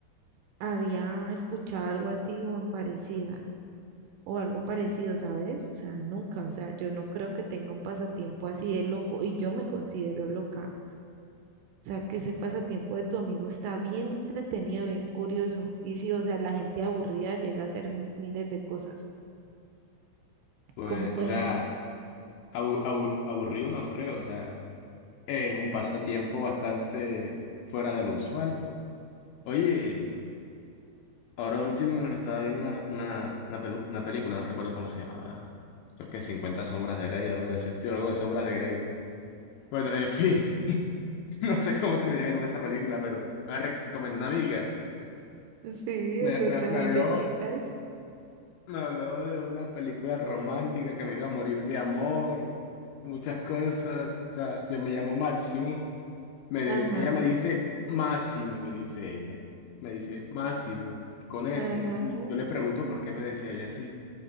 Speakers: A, on the right; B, on the left.
A: había escuchado algo así o en parecida o algo parecido, ¿sabes? O sea, nunca. O sea, yo no creo que tenga un pasatiempo así de loco y yo me considero loca. O sea, que ese pasatiempo de tu amigo está bien entretenido, bien curioso. Y sí, o sea, la gente aburrida llega a hacer miles de cosas.
B: Pues,
A: ¿Cómo pues?
B: o sea, abu- abu- aburrido no creo, o sea, es un pasatiempo bastante fuera de lo usual. Oye, ahora último me estaba viendo una, una, una, pelu- una película, no recuerdo cómo se llamaba, creo que 50 sombras de Grey, algo de ese estilo, algo de sombras de Grey. Bueno, en fin, <laughs> no sé cómo terminé viéndome esa película, pero me la recomendó una amiga.
A: Sí,
B: Me,
A: eso es
B: me,
A: de muy
B: me habló,
A: de chicas.
B: me habló de una película romántica que me iba a morir de amor, muchas cosas, o sea, yo me llamo Máximo. Me,
A: Ajá,
B: ella me dice Máximo, me dice ella. Me dice Máximo con ese.
A: ajá.
B: Y yo le pregunto por qué me decía ella así.